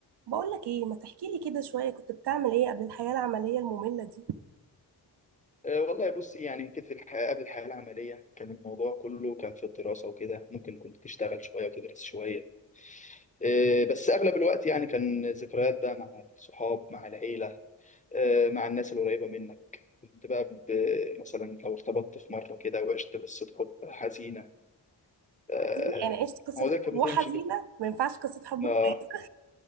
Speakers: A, on the right (about 75°); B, on the left (about 20°).
A: بقول لك ايه ما تحكي لي كده شويه كنت بتعمل ايه قبل الحياه العمليه الممله دي
B: أه، والله بص يعني كانت في الحياة قبل الحياة العملية كان الموضوع كله كان في الدراسة وكده ممكن كنت تشتغل شوية وتدرس شوية أه، بس أغلب الوقت يعني كان ذكريات بقى مع الصحاب مع العيلة أه، مع الناس القريبة منك كنت بقى ب- مثلا لو ارتبطت في مرة كده وعشت قصة حب حزينة أه،
A: حزينه يعني عشت قصه
B: هو ده كان
A: حب وحزينه
B: بتمشي كده
A: ما ينفعش قصه حب
B: لا
A: كويسه